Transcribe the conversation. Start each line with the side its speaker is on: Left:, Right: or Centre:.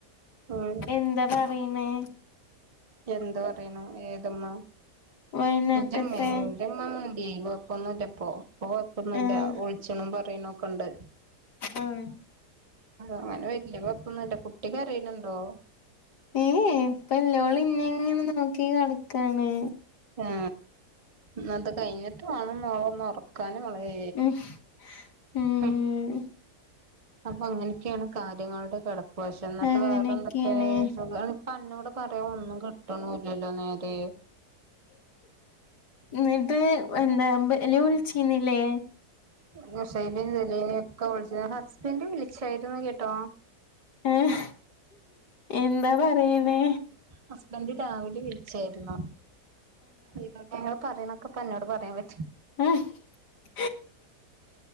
Right: ഉം
Left: എന്താ പറീണ്
Right: എന്ത് പറയെണു ഏതമ്മ
Left: വയനാട്ടത്തെ
Right: ന്റെമ്മേ ന്റെമ്മാ ഈ വെപ്പൊന്നല്ലപ്പോ ഇപ്പം കൊയപ്പന്നുല്ല
Left: ആഹ്
Right: വിളിച്ചിണും പറയ്നൊക്കെണ്ട്
Left: ആഹ്
Right: അങ്ങനെ വല്ല്യ കൊയപ്പന്നുല്ല്യ കുട്ടി കരയന്ണ്ടോ
Left: ഏ ഏ പ്പല്ലോള് ഇന്നെങ്ങനെ നോക്കി കെടക്കാണ്
Right: ആ ന്നാത് കഴിഞ്ഞിട്ട് വാണം മോളൊന്ന് ഒറക്കാന് ല്ല മളേ
Left: ഉം ഉം
Right: ഹ അപ്പ അങ്ങനെക്കെണ് കാര്യങ്ങളുടെ കെടപ് വശം ന്നട്ട്
Left: അങ്ങനെയൊക്കെയാണ്
Right: വേറെന്തക്കെ സുഖാണ് ക്ക് അന്നോട് പറയാൻ ഒന്നും കിട്ട്ണു ല്ലല്ലോ നേരെ
Left: ന്നട്ട് എന്താ ഇബല് വിളിച്ചീനില്ലേ
Right: നുസൈബിൻ സലീനിക്കൊ വിളിച്ചീ ഹസ്ബന്റ് വിളിച്ചായിരുന്ന് കേട്ടോ
Left: ഹും എന്താ പറയണ്
Right: ഹസ്ബന്റ് രാവിലെ വിളിച്ചേയിരുന്നു ഇക്കാക്കെന്നോ പറയുന്നക്കെപ്പന്നോട് പറയാൻ പ
Left: അ ഹ്